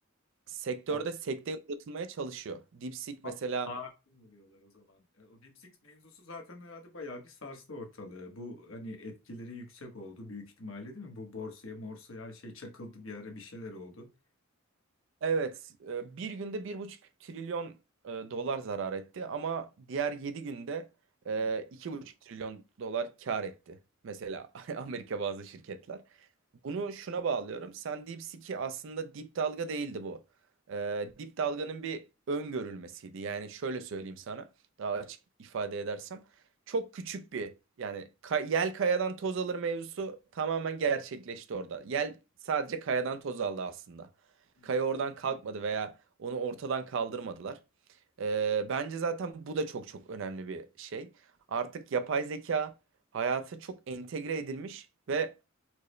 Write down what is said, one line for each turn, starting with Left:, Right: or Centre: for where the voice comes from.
Right: sektörde
Left: A-
Right: sekteye uğratılmaya çalışıyor. DeepSeek
Left: a-
Right: mesela
Left: a- oluyorlar o zaman. E, O Deep Six mevzusu zaten herhalde bayağı bir sarstı ortalığı. Bu hani etkileri yüksek oldu büyük ihtimalle değil mi? Bu borsaya morsaya her şey çakıldı bir ara bir şeyler oldu.
Right: Evet, e, bir günde bir buçuk trilyon e, dolar zarar etti ama diğer 7 günde e,
Left: Hı
Right: iki buçuk trilyon dolar kar etti. Mesela <laughs> Amerika bazı şirketler. Bunu şuna bağlıyorum. Sen DeepSeek'i aslında dip dalga değildi bu. E, dip dalganın bir öngörülmesiydi. Yani şöyle söyleyeyim sana daha açık ifade edersem. Çok küçük bir yani ka- yel kayadan toz alır mevzusu tamamen gerçekleşti orada. Yel sadece kayadan toz aldı aslında.
Left: hı.
Right: Kaya oradan kalkmadı veya onu ortadan kaldırmadılar. Ee, bence zaten bu da çok çok önemli bir şey. Artık yapay zeka hayata çok entegre edilmiş ve